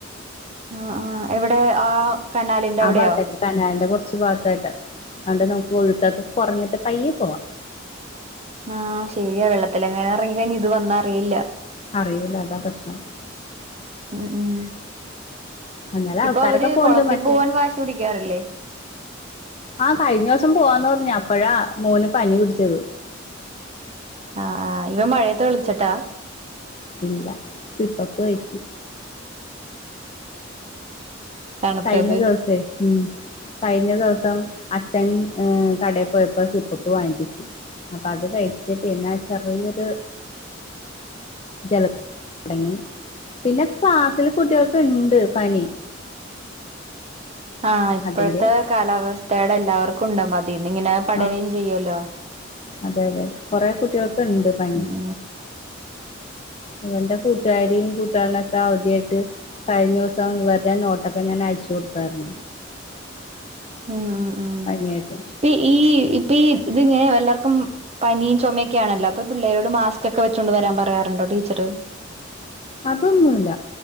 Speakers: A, on the right; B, on the left.
A: ആ ആ എവിടെ ആ- കനാലിന്റെ
B: ആ
A: അവിടെയോ
B: ഭാത്തായിട്ടെ കനാൽന്റെ കോറച്ച് ഭാഗാത്തായിട്ട് അതുകൊണ്ട് നമുക്ക് ഒഴുക്കൊക്കെ കോറഞ്ഞിട്ട് പയ്യെ പോവാ
A: ആഹ് ശേരിയാ വെള്ളത്തിലെങ്ങനെ ഏറങ്ങി കഴിഞ്ഞ ഇത് വന്ന അറിയില്ല
B: അറിയുല അതാ പ്രശ്നം
A: ഉം ഉ
B: എന്നാലും ആൾക്കാരൊക്കെ
A: ഇപ്പൊ അവര്
B: പോണ്ട്
A: കോളത്തിൽ
B: മറ്റേ
A: പോവാൻ വാശി പിടിക്കാറില്ലേ?
B: ആ കയിഞ്ഞ ദേവസം പോവാന്ന് പറഞ്ഞ അപ്പഴാ മോന് പനി പിടിച്ചത്
A: ആഹ് ആ ഇവ മഴയത്ത് വിളിച്ചിട്ടാ
B: ഇല്ല സിപ്പപ് കയിച്ച്
A: തണുത്തത്
B: കയ്ഞ്ഞ ദേവസയ് ഉം കയ്ഞ്ഞ ദേവസം അച്ഛൻ കടയിൽ പോയപ്പോ സിപ്പപ്പ് വാങ്ങിപ്പിച്ച് അപ്പ അത് കഴിച് പിന്നെ ചെറിയൊരു ജല തോടങ്ങി പിന്നെ ക്ലാസ്സില് കുട്ടിൃൾക്ക് ഉണ്ട് പനി
A: ആഹ് ഇപ്പോഴത്തെ
B: അതിന്റെ
A: കാലാവസ്ഥോയുടെ എല്ലാവർക്കും ഉണ്ടോ അതിന്ന് ഇങ്ങനെ പടരുകയും
B: ആഹ്
A: ചെയ്യുവല്ലോ
B: അതെ അതെ കൊറെ കുട്ടികൾക്ക് ഉണ്ട് പനി
A: ഉം
B: ഇവന്റെ കൂട്ടുകാരിയും കൂട്ടുകാരനൊക്കെ അവധിയായിട്ട് കയ്ഞ്ഞ ദേവസം ഇവരെ നോട്ടൊക്കെ ഞാൻ അയച്ചു കൊടുത്തായിരുന്നു
A: ഉം ഉം ഉം
B: പനിയായിട്ട്
A: ഇപ്പ ഈ ഇപ്പഈ ഇത് ങ്ങനെ എല്ലാർക്കും പനിയും ചോമയൊക്കാണല്ലോ അപ്പൊ പിള്ളേരോട് മാസ്ക് ഒക്കെ വെച്ചുകൊണ്ട് വരാൻ പറയാറുണ്ടോ ടീച്ചറ്
B: അതൊന്നുല്ല